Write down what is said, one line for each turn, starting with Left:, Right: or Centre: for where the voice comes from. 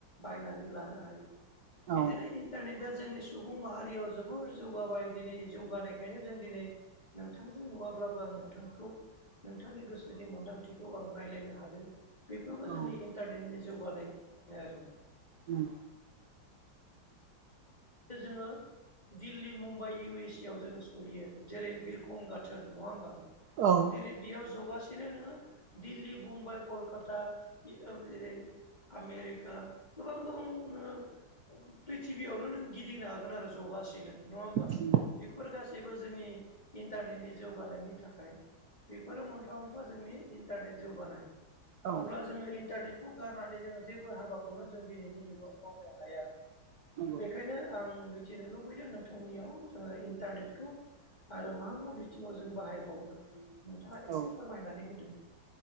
Left: बायनानै लानो हायो बिदिनो
Right: औ
Left: इन्टारनेटआ जोंनि सुबुं माहारियाव जोबोर जौगाबाय दिनै जौगानायखायनो जों दिनै नोंथांजों नुवाब्लाबो आं नोंथांखौ नोंथांनि गोसोनि मोन्दांथिखौ आं रायज्लायनो हादों बेफोरबो
Right: औ
Left: जोंनि इन्टारनेटनि जौगानायो आरो
Right: उम
Left: जोङो Delhi Mumbai U S A आव जोङो सहैयो जेरै बिरखं गाथोन नङा होमबा
Right: औ
Left: जेरै बेयाव जगासिनो नोङो दिल्ली बुम्बाइ कलकाता जेरै आमेरिका गोबां गोबां नो प्रिथिबियावनो नों गिदिंनो हागोन आरो जगासिनो नङा होमबा
Right: नंगौ
Left: बेफोर गासैबो जोंनि इन्टारनेटनि जौगानायनि थाखाय। बेफोरो मोनफा मोनफा जोंनि इन्टारनेट जौगानाय।
Right: औ
Left: अब्ला जोङो इन्टारनेटखौ गारनानै जोङो जेबो हाबाखौनो जों दिनैनि जुगाव मावनो हाया।
Right: नंगौ
Left: बेखायनो आं मिथिनो लुबैदों नोंथांनियाव जोङो इन्टारनेटखौ। आरो मा मा बिथिङाव जों बाहायबावनो हायो नोंथाङा एसे
Right: औ
Left: फोरमायनानै होदों।